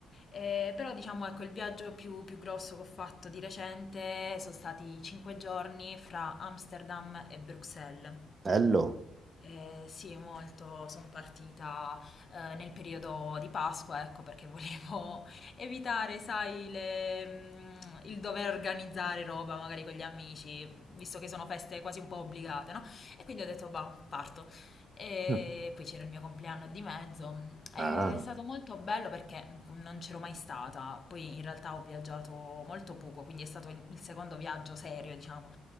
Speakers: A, on the left (about 40°); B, on the right (about 35°).
A: Eh, però diciamo ecco il viaggio più, più grosso che ho fatto di recente sono stati cinque giorni fra Amsterdam e Bruxelles.
B: Bello.
A: Eh, sì, molto, sono partita eh, nel periodo di Pasqua, ecco perché volevo <laughs> evitare, sai, le- mm, il dover organizzare roba magari con gli amici, visto che sono feste quasi un po' obbligate, no? E quindi ho detto, va, parto. E
B: <laughs> Mm.
A: poi c'era il mio compleanno di mezzo. È
B: Ah.
A: stato molto bello perché non c'ero mai stata. Poi in realtà ho viaggiato molto poco, quindi è stato il secondo viaggio serio, diciamo,